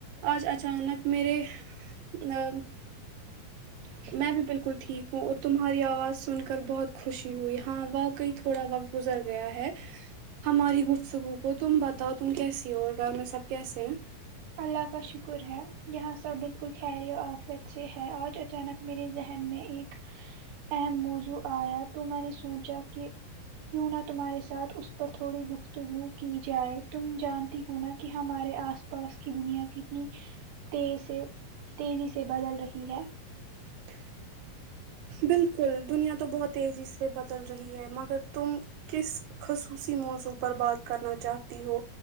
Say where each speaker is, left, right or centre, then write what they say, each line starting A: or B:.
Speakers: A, on the right; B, on the right.
A: آج اچانک میرے ا
B: <unintelligible>
A: میں بھی بالکل ٹھیک ہوں اور تمہاری آواز سن کر بہت خوشی ہوئی ہاں واقعی تھوڑا وقت گزر گیا ہے ہماری گفتگو کو تم بتاؤ تم کیسی ہو اور گھر میں سب کیسے ہیں
B: اللہ کا شکر ہے یہاں سب بالکل خیر و آفیت سے ہے آج اچانک میرے ذہن میں ایک اہم موضوع آیا ہے تو میں نے سوچا کہ کیوں نہ تمہارے ساتھ اس پر تھوڑی گفتگو کی جائے تم جانتی ہو نا کہ ہمارے آسا پاس کی دنیا کتنی تیز سے تیزی سے بدل رہی ہے
A: ہاں بالکل دنیا تو بہت تیزی سے بدل رہی ہے مگر تم کس خصوصی موضوع پر بات کرنا چاہتی ہو